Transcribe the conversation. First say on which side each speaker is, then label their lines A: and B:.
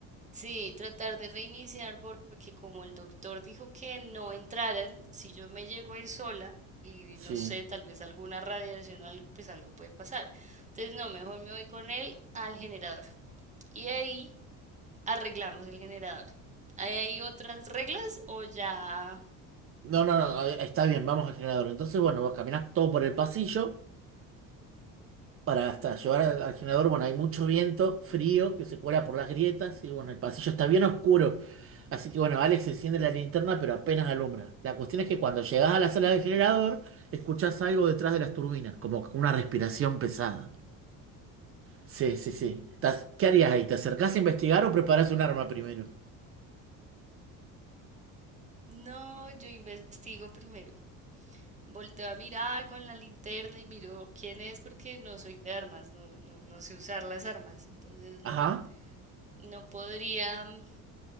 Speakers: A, on the right; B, on the right.
A: sí, tratar de reiniciar porque como el doctor dijo que no entraran, si yo me llego a ir sola y
B: Sí.
A: no sé, tal vez alguna radiación o algo, pues algo puede pasar. Entonces, no, mejor me voy con él al generador. Y ahí arreglamos el generador. ¿Hay ahí otras reglas o ya?
B: No, no, no. eh, Está bien, vamos al generador. Entonces, bueno, vos caminás todo por el pasillo. para hasta llevar al, al generador, bueno, hay mucho viento, frío, que se cuela por las grietas y bueno, el pasillo está bien oscuro. Así que bueno, Alex enciende la linterna, pero apenas alumbra. La cuestión es que cuando llegas a la sala del generador, escuchás algo detrás de las turbinas, como una respiración pesada. Sí, sí, sí. Tas- ¿Qué harías ahí? ¿Te acercás a investigar o preparás un arma primero?
A: No, yo investigo primero. Volteo a mirar con la linterna y miro quién es porque no soy de armas, no, no, no sé usar las armas, entonces no,
B: Ajá,
A: no podría mm,